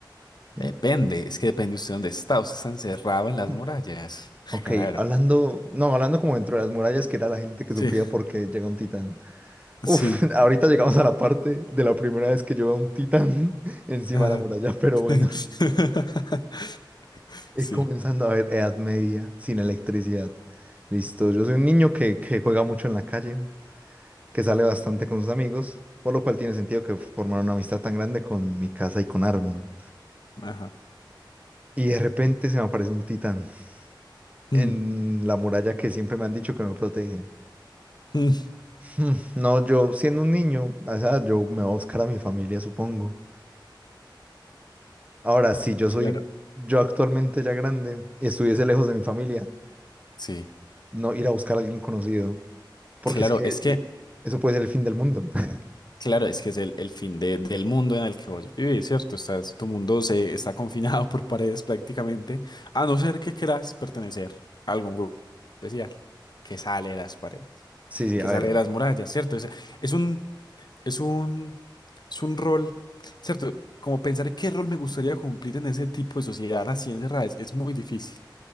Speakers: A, on the right; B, on the left.
A: Sí.
B: Depende, es que depende usted dónde está. Usted está encerrado en las
A: Mm,
B: murallas. <laughs>
A: Ok,
B: Claro.
A: hablando, no, hablando como dentro de las murallas, que era la gente que
B: Sí,
A: sufría porque llega un titán. Uf,
B: sí.
A: <laughs> ahorita llegamos a la parte de la primera vez que yo veo un titán <laughs> encima
B: Ajá.
A: de la muralla, pero bueno,
B: <laughs>
A: <laughs> eh,
B: Sí,
A: comenzando a ver Edad Media sin electricidad. Listo, yo soy un niño que, que juega mucho en la calle, que sale bastante con sus amigos, por lo cual tiene sentido que formara una amistad tan grande con mi casa y con Armin.
B: ajá.
A: Y de repente se me aparece un titán
B: Mm,
A: en la muralla que siempre me han dicho que me protege.
B: mm,
A: <laughs> Hmm, No, yo siendo un niño, o sea, yo me voy a buscar a mi familia, supongo. Ahora, si yo soy,
B: Claro.
A: yo actualmente ya grande y estuviese lejos de mi familia,
B: Sí,
A: no ir a buscar a alguien conocido, porque
B: claro,
A: es que
B: es que
A: es- eso puede ser el fin del mundo. <laughs>
B: Claro, es que es el, el fin de- del mundo en el que vos vivís, ¿cierto? Estás, tu mundo se está confinado por paredes prácticamente, a no ser que quieras pertenecer a algún grupo especial que sale de las paredes,
A: Sí, sí,
B: que
A: a ver,
B: sale de las murallas, ¿cierto? Es, es un, es un, es un rol, ¿cierto? Como pensar qué rol me gustaría cumplir en ese tipo de sociedad así encerrada es, es muy difícil,